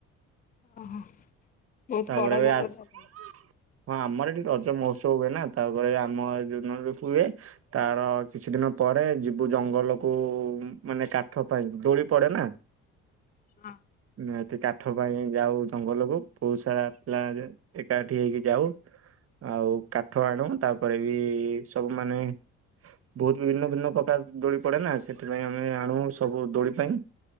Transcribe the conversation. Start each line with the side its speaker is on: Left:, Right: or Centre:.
Left: ଓହୋ। ବହୁତ
Right: ତାପରେ
Left: ବଡ
Right: ବି
Left: ଗାଁ
Right: ଆସଟି
Left: ବୋଧେ ଆପଣଙ୍କର?
Right: ହଁ ଆମର ଏଠି ରଜ ମହୋତ୍ସବ ହୁଏ ନା ତାପରେ ଆମ ଯୋଉ ଦିନ ହୁଏ। ତାର କିଛି ଦିନ ପରେ, ଯିବୁ ଜଙ୍ଗଲକୁ ମାନେ କାଠ ପାଇଁ ଦୋଳି ପଡେ ନା।
Left: ହଁ।
Right: ଏତେ କାଠ ପାଇଁ ଯାଉ ଜଙ୍ଗଲକୁ ବହୁତ ସାରା ପିଲା ଏକାଠି ହେଇକି ଯାଉ ଆଉ କାଠ ଆଣୁ ତାପରେ ବି ସବୁ ମାନେ ବହୁତ ଭିନ୍ନ ଭିନ୍ନ ପ୍ରକାର ଦୋଳି ପଡେ ନା ସେଥିପାଇଁ ଆମେ ଆଣୁ ସବୁ ଦୋଳି ପାଇଁ।